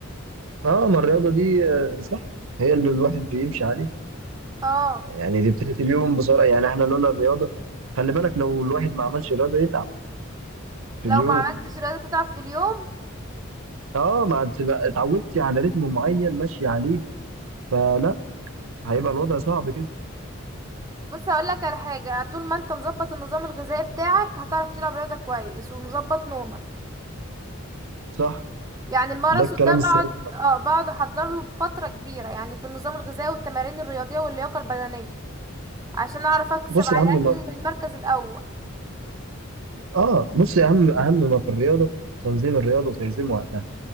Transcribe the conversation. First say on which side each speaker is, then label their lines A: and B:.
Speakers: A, on the right (about 75°); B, on the right (about 15°).
A: اه ما الرياضه دي آه، صح هي اللي الواحد بيمشي عليه
B: اه
A: يعني دي بتاعت اليوم بصراحه يعني احنا لولا الرياضه خلي بالك لو الواحد ما عملش رياضه يتعب في
B: لو
A: اليوم
B: ما عملتش رياضة تتعب في اليوم
A: اه ما تبقى اتعودتي على رتم معين ماشي عليه فلا هيبقى الوضع صعب كده
B: بص هقولك على حاجة طول ما انت مظبط النظام الغذائي بتاعك هتعرف تلعب رياضة كويس ومظبط نومك
A: صح
B: يعني الماراثون
A: ده الكلام
B: ده بقعد
A: السليم
B: اه بقعد احضر له بفترة كبيرة يعني في النظام الغذائي والتمارين الرياضية واللياقة البدنية عشان اعرف اكسب
A: بص
B: على
A: يا عم
B: الاقل المركز الاول
A: اه بص اهم اهم ما في الرياضه تنظيم الرياضه وتنظيم وقتها